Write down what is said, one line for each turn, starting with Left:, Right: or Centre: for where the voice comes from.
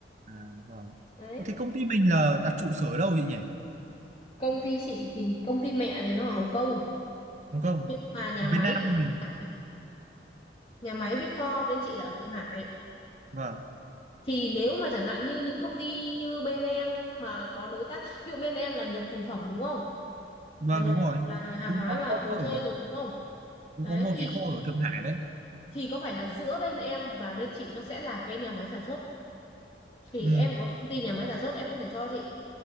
Right: à, vâng
Left: đấy
Right: Thế công ty mình là đặt trụ sở ở đâu chị nhỉ?
Left: công ty chị thì công ty mẹ thì nó ở Hồng Kông
Right: Hồng Kông.
Left: nhưng mà nhà
Right: ở
Left: máy
Right: Việt Nam
Left: thì ở
Right: mình
Left: Thượng Hải nhà máy với kho bên chị là ở Thượng Hải
Right: Vâng.
Left: thì nếu mà chẳng hạn như những công ty như bên em mà có đối tác ví dụ bên em là nhập thành phẩm đúng không
Right: Vâng
Left: là nhập
Right: đúng rồi.
Left: là hàng
Right: cũng
Left: hóa
Right: có
Left: là đồ
Right: kho
Left: chơi
Right: ở
Left: rồi đúng không
Right: cũng
Left: đấy
Right: có một
Left: thì
Right: cái kho ở Thượng Hải đấy
Left: thì có phải là giữa bên em và bên chị nó sẽ là cái nhà máy sản xuất thì
Right: Ừ.
Left: em có công ty nhà máy sản xuất em có thể cho chị